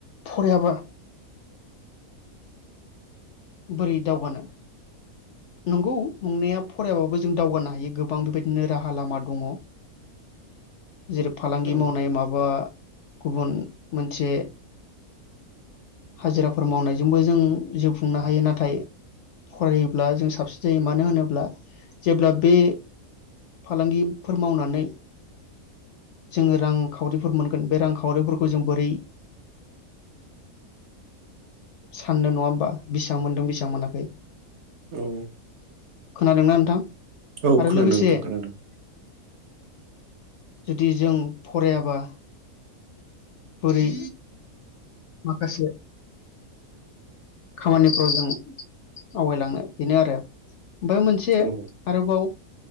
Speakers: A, on the left; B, on the right.
A: फरायाबा बोरै दावगानो नंगौ नंनाया फरायाबाबो जों दावनो हायो गोबां बेबायदिनो रा लामा दङ'। जेरै- फालांगि
B: औ
A: मावनाय माबा गुबुन मोनसे हाजिराफोर मावनायजोंबो जों जिउ खुंनो हायो नाथाय फरायोब्ला जों साबसिन जायो मानो होनोब्ला जेब्ला बे फलांगि फोर मावनानै जोङो रांखावरिफोर मोन बे रांखावरिफोरखौ जों बोरै साननो नङा होमबा बेसां मोनदों बेसां मोनाखै
B: औ
A: खोनादोंना नोंथां
B: औ
A: आरो
B: खोनादों
A: लोगोसे
B: नोंथां खोनादों
A: जुदि जों फरायाबा बोरै माखासे खामानिफ्राव जों आवगायलांनो बेनो आरो ओमफाय मोनसे
B: औ
A: आरोबाव